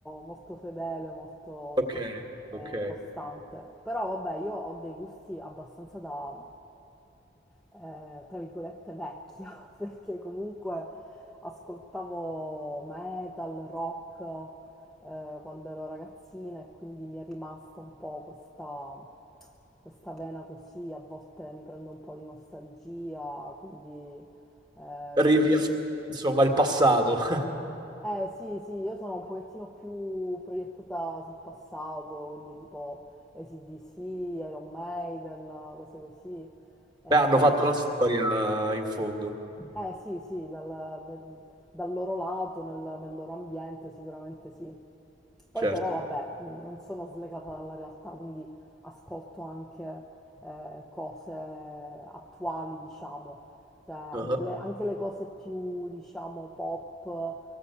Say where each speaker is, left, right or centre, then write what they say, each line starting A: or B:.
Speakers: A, in the centre; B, on the right (about 25°).
A: molto fedele, molto
B: ok,
A: eh,
B: ok.
A: costante. Però vabbè, io ho dei gusti abbastanza da, eh, tra virgolette, vecchia, <laughs> perché comunque ascoltavo metal, rock eh, quando ero ragazzina e quindi mi è rimasta un po' questa, questa vena così, a volte mi prende un po' di nostalgia, quindi... Eh,
B: Ri-
A: vado-
B: riassume, insomma, il passato. <laughs>
A: eh, sì, sì, io sono un pochettino più proiettata sul passato, quindi tipo AC/DC, Iron Maiden, cose così. Eh,
B: Beh, hanno fatto la storia in fondo.
A: Eh sì, sì, dal, dal- dal loro lato, nel, nel loro ambiente sicuramente sì. Poi
B: certo.
A: però vabbè, mh, non sono slegata dalla realtà, quindi ascolto anche eh, cose attuali, diciamo, cioè anche
B: Ah.
A: le, anche le cose più, diciamo, pop,